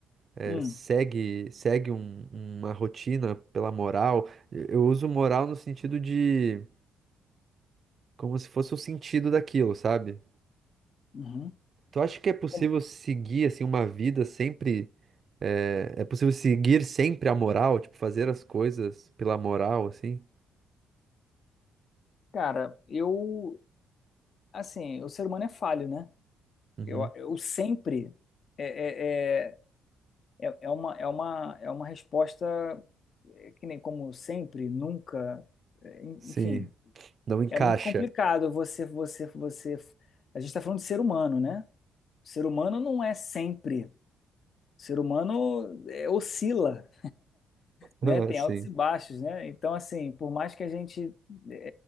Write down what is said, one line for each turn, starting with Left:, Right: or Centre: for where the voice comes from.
Right: é,
Left: Hum,
Right: segue, segue um- uma rotina pela moral. Eu eu uso moral no sentido de como se fosse o sentido daquilo, sabe?
Left: uhum.
Right: Tu acha que é possível
Left: Com-
Right: seguir assim uma vida sempre é, é possível seguir sempre a moral, tipo fazer as coisas pela moral assim?
Left: Cara, eu, assim, o ser humano é falho, né?
Right: Uhum.
Left: Eu, eu sempre é, é, é, é é uma, é uma, é uma resposta é, que nem como sempre, nunca, é, enfim.
Right: Sim, não encaixa.
Left: É muito complicado
Right: <laughs>
Left: você, você, você. A gente está falando de ser humano, né? O ser humano não é sempre. O ser humano é, oscila,
Right: Ah,
Left: né? Tem
Right: sim,
Left: altos e baixos, né? Então, assim, por mais que a gente é,